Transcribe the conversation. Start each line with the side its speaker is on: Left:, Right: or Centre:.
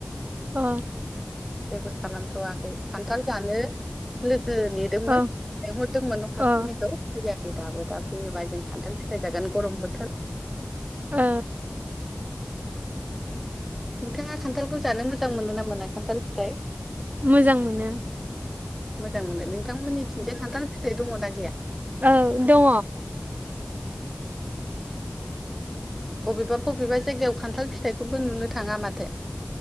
Right: अ
Centre: जेबो खालामथ'वाखै खान्थाल जानो लोगो ने दोंमोन
Right: औ
Centre: लिंहरदोंमोन नखाथिनिखौ
Right: औ
Centre: फैयाखै दाबो दा फैयोबा जों खान्थाल फिथाइ जागोन गरम बोथोर
Right: औ।
Centre: नोंथाङा खान्थालखौ जानो मोजां मोनो ना मोना खान्थाल फिथाइ?
Right: मोजां मोनो।
Centre: मोजां मोनो नोंथांमोननि थिंजाय खान्थाल फिथाइ दङना गैया?
Right: औ दङ।
Centre: बबेबा बबेबा जायगायाव खान्थाल फिथाइखौबो नुनो थाङा माथो।